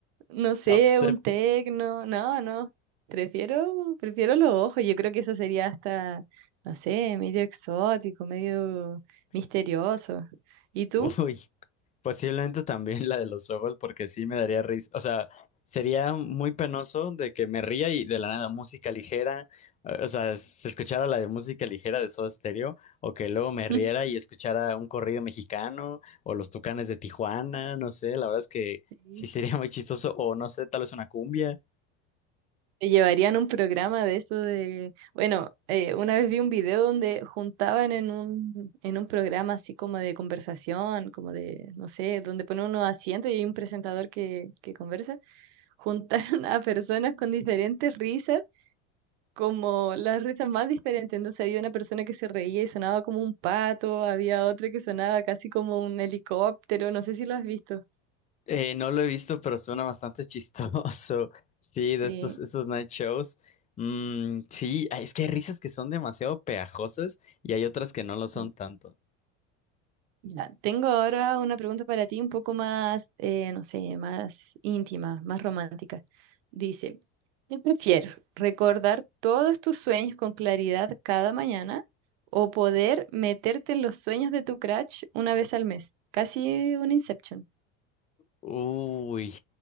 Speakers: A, on the right (about 70°); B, on the left (about 20°).
A: no sé,
B: Top step.
A: un tecno. No, no. Prefiero, prefiero los ojos. Yo creo que eso sería hasta, no sé, medio exótico, medio misterioso. ¿Y tú?
B: Uy, posiblemente también la de los ojos, porque sí me daría risa. O sea, sería muy penoso de que me ría y de la nada música ligera. O sea, se escuchara la de música ligera de Soda Stereo, o que luego me
A: <laughs>
B: riera y escuchara un corrido mexicano, o los Tucanes de Tijuana, no sé, la verdad es que
A: Sí.
B: sí sería muy chistoso, o no sé, tal vez una cumbia.
A: Te llevarían un programa de eso de, bueno, eh, una vez vi un video donde juntaban en un, en un programa así como de conversación, como de, no sé, donde ponen unos asientos y hay un presentador que, que conversa juntaron <laughs> a personas con diferentes risas, como las risas más diferentes. Entonces había una persona que se reía y sonaba como un pato, había otra que sonaba casi como un helicóptero, no sé si lo has visto.
B: Eh, no lo he visto, pero suena bastante chistoso. <laughs> Sí,
A: Sí.
B: de estos, estos night shows. Mm, sí, ay, es que hay risas que son demasiado pegajosas y hay otras que no lo son
A: mm.
B: tanto.
A: Mira, tengo ahora una pregunta para ti un poco más, eh, no sé, más íntima, más romántica. Dice, ¿qué prefieres? ¿Recordar todos tus sueños con claridad cada mañana o poder meterte en los sueños de tu crush una vez al mes? Casi un Inception.
B: Uy,